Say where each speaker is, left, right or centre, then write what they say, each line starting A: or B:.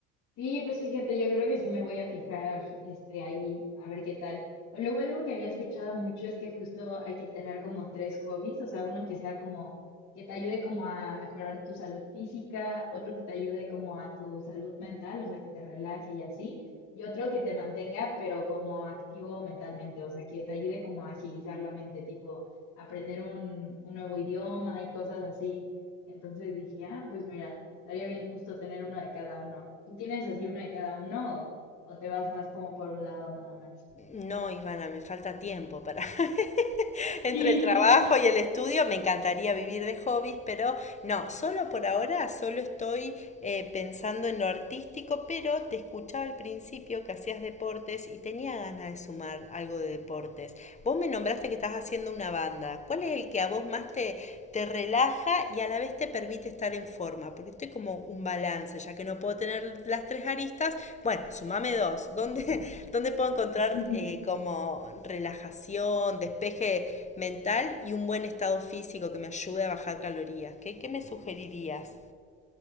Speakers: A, on the left; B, on the left.
A: Sí, pues fíjate, yo creo que sí me voy a fijar, este, ahí, a ver qué tal. O Luego algo que había escuchado mucho es que justo hay que tener como tres hobbies, o sea, uno que sea como, que te ayude como a mejorar tu salud física, otro que te ayude como a tu salud mental, o sea, que te relaje y así, y otro que te mantenga, pero como activo mentalmente, o sea, que te ayude como a agilizar la mente, tipo aprender un, un nuevo idioma y cosas así. Entonces dije, ah, pues mira, estaría bien justo tener uno de cada uno. ¿Tú tienes así uno de cada uno o, o te vas más como por un lado nada más?
B: No, Ivana, me falta tiempo para, <laughs> <laughs> entre
A: <laughs>
B: el trabajo y el estudio. Me encantaría vivir de hobbies, pero no, solo por ahora, solo estoy eh, pensando en lo artístico, pero te escuchaba al principio que hacías deportes y tenía ganas de sumar algo de deportes. Vos me nombraste que estás haciendo una banda. ¿Cuál es el que a vos más te, te relaja y a la vez te permite estar en forma, porque estoy como un balance, ya que no puedo tener las tres aristas, bueno, sumame dos, ¿dónde, <laughs> dónde puedo encontrar
A: Sí,
B: eh, como relajación, despeje mental y un buen estado físico que me ayude a bajar calorías? ¿Qué, qué me sugerirías?